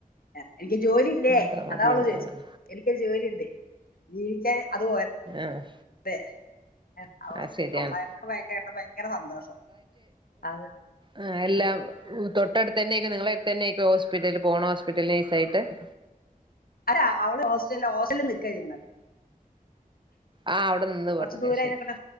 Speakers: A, on the left; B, on the right.
A: അർഞ് എനിക്ക് ജോലില്ലേ
B: അത്ര മതിയെന്ന്
A: അതാവള് ചോയ്ച്ച
B: ആഹ്
A: എനിക്കൊരു ജോലിണ്ട് ജീവിക്കാൻ അത്പോലെ
B: ആഹ്
A: ന്നെ അവ
B: അത് ശരിയാണ്
A: അമ്മായമ്മക്ക് വയക്കേട്ട ഭയങ്കര സന്തോഷം അ
B: ആ എല്ലാം തൊട്ടടുത്തന്നെയ്ക്കാം നിങ്ങളെരുത്തന്നെയക്കാം ഹോസ്പിറ്റല് പോണ ഹോസ്പിറ്റല് നെയ്സായിട്ട് <unintelligible>
A: അല്ല അവള് ഹോസ്റ്റല ഹോസ്റ്റല്നിക്കും ക്കഴിയുന്നത്
B: ആ അവിടെ നിന്ന്
A: കൊറച്ച്
B: പഠിഞ്ഞ
A: ദൂരായ്
B: ശരി
A: നിക്ക്ണ്ടാ